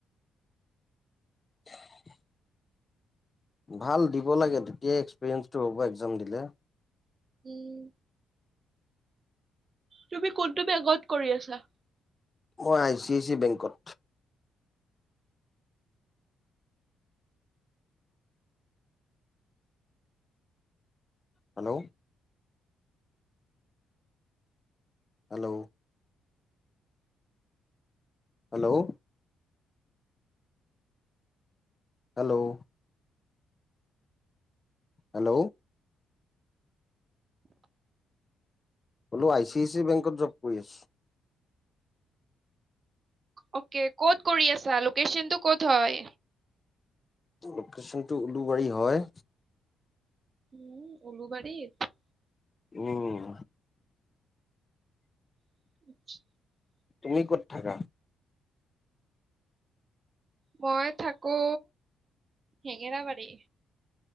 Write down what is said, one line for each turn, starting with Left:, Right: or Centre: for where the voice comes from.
Left: <unintelligible> ভাল দিব লাগে তেতিয়াই এক্সপিৰিয়েন্ঞ্চটো হ'ব এক্সাম দিলে
Right: উম তুমি কোনটো বেগত কৰি আছা?
Left: মই আই চি আই চি বেংকত hello hello hello hello hello! Hello I C I C বেংকত জব কৰি আছো
Right: অকে ক'ত কৰি আছা লোকেশচন টো ক'ত হয়
Left: লোকেশ্যনটো উলুবাৰী হয়
Right: উম ওলুবাৰীত
Left: উম
Right: <inaudible>
Left: তুমি ক'ত থাকা?
Right: মই থাকো হেঙেৰাবাৰী